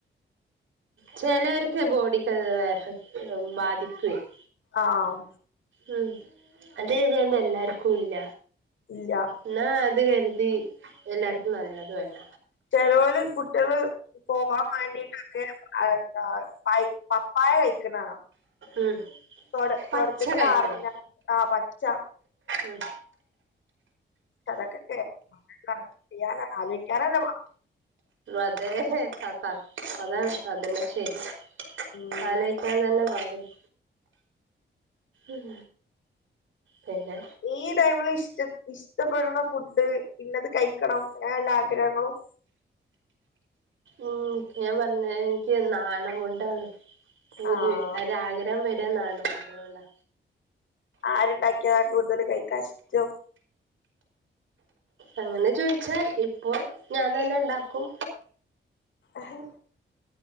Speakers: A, on the right; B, on the left.
A: ചെലർക്കെ ബോഡിക്ക് അത് എഫക്ട് ബാധിക്കു <inaudible>
B: ആഹ്
A: ഉം അത് കെർതിയാണ്ട് എല്ലാർക്കുല്ല
B: ഇല്ല
A: ന്നാ അത് കർതി എല്ലാർക്കും നല്ലതു അല്ല
B: ചേലോല് കുട്ടിയള് പോവാൻ വേണ്ടിട്ടൊക്കെ അഹ് എന്താ അയ് പപ്പായ കഴിക്ക്ണാണ
A: ഉം
B: തൊട്
A: പച്ച
B: തൊട്ക്കത്തിലാറണ്ണ
A: കഴിക്കണം
B: ആ പച്ച
A: ഉം
B: അതൊക്കെ കേൾക്കാ <unintelligible> ആലോചിക്കാനെന്നെ പാട
A: അതെ താത്ത അതാണ് അതന്നെ ശരി
B: ഉം
A: ആലോയ്ക്കാൻ തന്നെ പാടില്ല ഉം പിന്നെ
B: ഈ ടൈമില് ഇഷ്ട ഇഷ്ടപ്പെടുന്ന ഫുഡ് ഇന്നത് കഴിക്കണം എല്ലാ ആഗ്രഹങ്ങളും
A: ഉം ഞാൻ പറഞ്ഞീലെ ഇൻക്ക് നാടൻഫുഡാണ് പൂതി
B: ആഹ്
A: ഒരാഗ്രഹം വര <unintelligible> അതോണ്ടാ
B: ആര്ണ്ടാക്കിയതാ കൂടുതൽ കഴിക്കാൻ ഇഷ്ടം
A: അങ്ങനെ ചോയിച്ചാൽ ഇപ്പൊ ഞാൻ തന്നെ ഇണ്ടാക്കും
B: ആഹ്